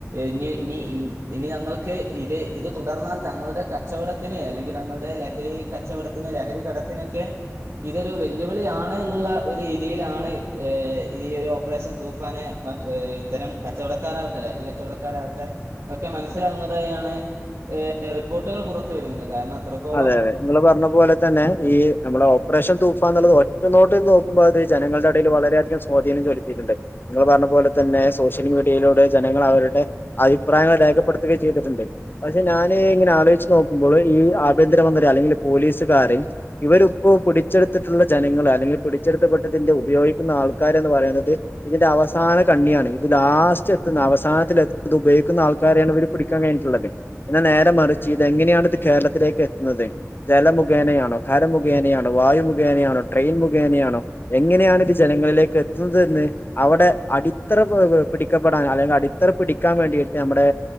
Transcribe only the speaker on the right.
ഇനി ഇനി ഇനി ഞങ്ങൾക്ക് ഇത് ഇത് തുടർന്നാൽ തങ്ങളുടെ കച്ചവട ത്തിന് അല്ലെങ്കിൽ തങ്ങളുടെ ലഹരി കച്ചവടത്തിന് ലഹരി കടത്തിനൊക്കെ ഇതൊരു വെല്ലുവിളിയാണ് എന്നുള്ള ഒരു രീതിയിലാണ് ഈ ഒരു ഒ പ്പറേഷൻ തൂഫാന് മ ഇത്തരം കച്ചവടക്കാരാവട്ടെ ലെഹരി കച്ചവടക്കാരാവട്ടെ ഒക്കെ മനസ്സിലാവുന്നതായാണ് റിപ്പോർട്ടുകൾ പുറത്ത് വെരുന്നത് കാരണം അത്രത്തോളം